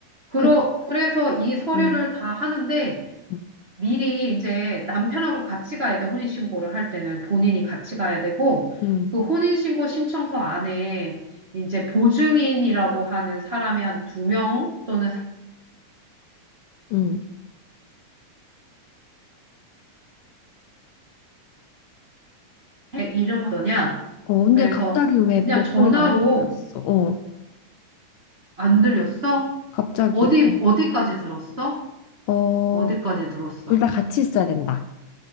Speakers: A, on the right; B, on the left.
A: 그러,
B: 근데,
A: 그래서 이 서류를
B: 응,
A: 다 하는데
B: 응,
A: 미리 이제 남편하고 같이 가야 돼. 혼인신고를 할 때는 본인이 같이 가야 되고
B: 응.
A: 그 혼인신고 신청서 안에 이제 보증인이라고 하는 사람이 한 두 명 또는 세
B: 응.
A: 이름 어떠냐?
B: 어, 근데
A: 그래서
B: 갑자기 왜
A: 그냥
B: 목소리가
A: 전화로
B: 안 들렸어? 어,
A: 안 들렸어?
B: 갑자기.
A: 어디,
B: 어,
A: 어디까지 들었어?
B: 어,
A: 어디까지 들었어?
B: 둘 다 같이 있어야 된다.